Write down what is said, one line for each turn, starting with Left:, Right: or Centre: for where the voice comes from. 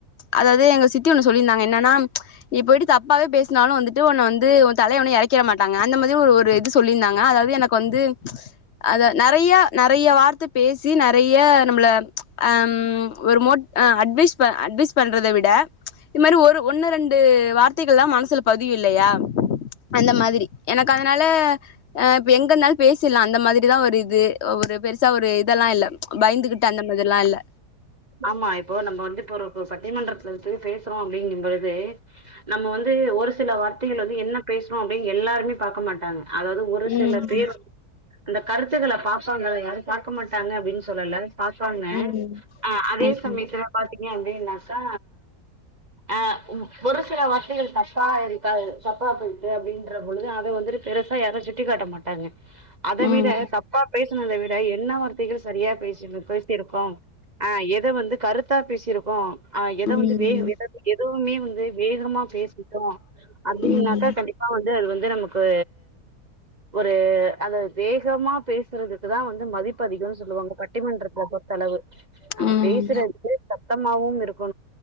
Left: அதாவ்து எங்க சித்தி ஒண்ணு சொல்லிருந்தாங்க என்னன்னா நீ போய்ட்டு தப்பாவே பேஸ்னாலூ வந்திட்டு ஒன்ன வந்து ஓ தலைய ஒண்ணூ எறக்கிற மாட்டாங்க அந்த மாதி ஒரு ஒரு இது சொல்லிந்தாங்க அதாவ்து எனக்கு வந்து அத நெறைய நெறைய வார்த்த பேசி நெறைய நம்மள அ ம் ஒரு மோட் ஆ அட்வைஸ்ப்ப அட்வைஸ் பண்றத விட இது மாரி ஒரு ஒண்ணு ரெண்டு வார்த்தைகளா மனசுல பதியு இல்லையா அந்த மாதிரி எனக்கு அதனால அ எங்க இருந்தாலு பேசிடலா அந்த மாதிரிதா ஒரு இது ஒரு பெருசா ஒரு இதெல்லா இல்ல பயந்துகிட்டு அந்த மாதிரி லா இல்ல
Right: ஆமா இப்போ நம்ம வந்து இப்ப ஒரு பட்டிமன்றத்துல பேசுறோ அப்டிங்கும்பழுது நம்ம வந்து ஒரு சில வார்த்தைகள் வந்து என்ன பேசுறோ அப்டின் எல்லாருமே பாக்க மாட்டாங்க அதாவது ஒரு
Left: ம்
Right: சில பேர் அந்த கருத்துக்கள பா ப்ப <unintelligible> யாரு பாக்க மாட்டாங்க அப்டின்னு சொல்லல பாப்பாங்க
Left: ம்
Right: அதே
Left: ம்
Right: சமயத்துல பாத்தீங்க அப்டினாக்கா அ ஒ ஒரு சில வார்த்தைகள் தப்பா இருக்கா தப்பா போயிட்டு அப்படின்ற பொழுது அத வந்துட்டு பெருசா யாரு சுட்டிக் காட்ட மாட்டாங்க அத
Left: ம்
Right: விட தப்பா பேசனத விட என்னவ <unintelligible> சரியா பேசி பேசிிருக்கோ இத வந்து கருத்தா பேசிருக்கோ ஆ எத
Left: ம்
Right: வந்து வேக எத எதுவுமே வந்து வேகமா பேசிட்டோ அப்டினாக்கா
Left: ம்
Right: கண்டிப்பா வந்து அது வந்து நமக்கு ஒரு அந் வேகமா பேசுறதுக்குதா வந்து மதிப்பு அதிகம்னு சொல்லுவாங்க பட்டிமன்றத்துல பொறுத்தளவு நாங்க
Left: ம்
Right: பேசுறதுக்கு சத்தமாவும் இருக்